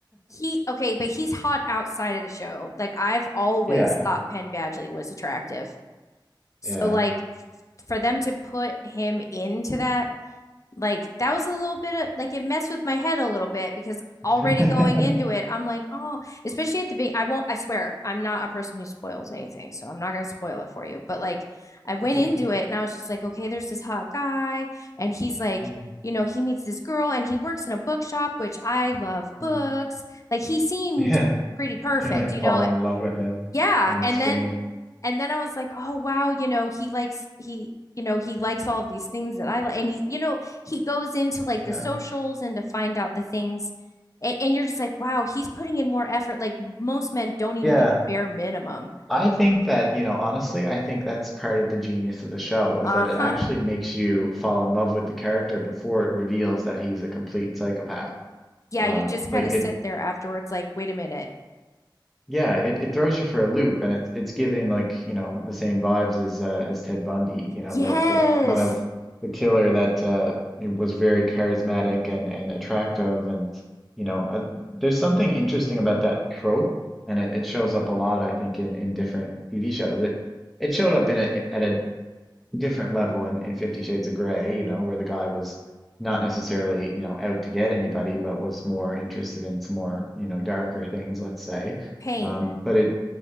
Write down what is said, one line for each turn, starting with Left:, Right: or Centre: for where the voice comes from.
Left: He okay, but he's hot outside of the show. Like I've always
Centre: Yeah.
Left: thought Penn Badgley was attractive. So
Centre: Yeah.
Left: like for them to put him into that like that was a little bit of like it messed with my head a little bit because
Centre: <laughs>
Left: already going into
Centre: That's
Left: it, I'm like, oh, especially at the beginning. I won't, I swear, I'm not a person who spoils anything. So I'm not going to spoil it for you. But like I went
Centre: okay.
Left: into it and I was just like, okay, there's this hot guy. And he's like,
Centre: Mm,
Left: you know, he meets this girl and he works in a bookshop, which I love books.
Centre: mm.
Left: Like he seemed
Centre: Yeah,
Left: pretty perfect,
Centre: <laughs> you're like
Left: you
Centre: falling
Left: know?
Centre: in love with him
Left: Yeah.
Centre: on
Left: And
Centre: the screen.
Left: then and then I was like, oh wow, you know, he likes he you know he likes all of these things that I like, and he you know he goes into like
Centre: Yeah.
Left: the socials and to find out the things, and, and you're just like, wow, he's putting in more effort. Like most men don't even
Centre: Yeah.
Left: do bare minimum.
Centre: I think that, you know, honestly, I think that's part of the genius of the show is
Left: Uh
Centre: that
Left: huh.
Centre: it actually makes you fall in love with the character before it reveals that he's a complete psychopath.
Left: Yeah,
Centre: Um,
Left: you just kind
Centre: like
Left: of
Centre: it,
Left: sit there afterwards, like, wait a minute.
Centre: yeah, it, it throws you for a loop and it's it's giving like, you know, the same vibes as uh, as Ted Bundy, you know,
Left: Yes,
Centre: that the kind of the killer that uh was very charismatic and and attractive and you know, uh, there's something interesting about that trope and it, it shows up a lot I think in in different TV shows. It it showed up in a, at a different level in, in Fifty Shades of Grey, you know, where the guy was not necessarily, you know, out to get anybody, but was more interested in some more, you know, darker things, let's say.
Left: pain.
Centre: Um, but it,